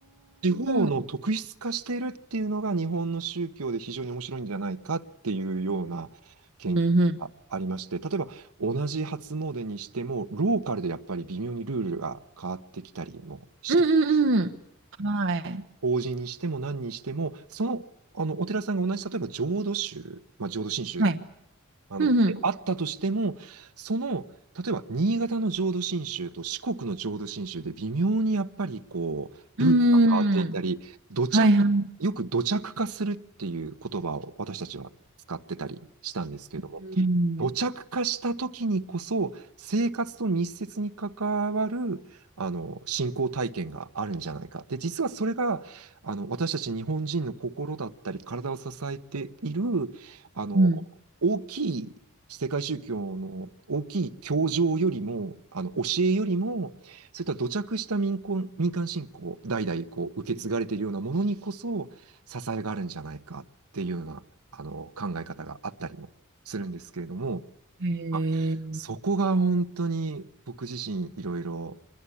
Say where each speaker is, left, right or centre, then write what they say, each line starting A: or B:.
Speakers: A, on the right; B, on the right.
A: 地方の特質化しているっていうのが日本の宗教で非常に面白いんじゃないかっていうような研究がありまして、
B: あ。うんうん。
A: 例えば同じ初詣にしても、ローカルでやっぱり微妙にルールが変わってきたりもして、
B: うんうんうん。はい。
A: 法事にしても何にしても、その、あの、お寺さんが同じ、例えば浄土宗、まあ、浄土真宗でも、
B: はい。
A: あの、
B: うんうん。
A: えあったとしても、その、例えば、新潟の浄土真宗と四国の浄土真宗で微妙にやっぱりこう、ルールが変わっていたり、
B: うん。
A: 土着、
B: はいはい
A: よく土着化するっていう言葉を私たちは使ってたりしたんですけど
B: うん。
A: 土着化した時にこそ、生活と密接に関わる、あの、信仰体験があるんじゃないか。で、実はそれが、あの、私たち日本人の心だったり、体を支えている、あの、
B: うん
A: 大きい世界宗教の大きい教条よりも、あの、教えよりも、そういった土着した民間、民間信仰、代々こう、受け継がれているようなものにこそ、支えがあるんじゃないかっていうような、あの、考え方があったりも。するんですけれども、
B: へ
A: あ、
B: え。
A: そこが本当に僕自身いろいろ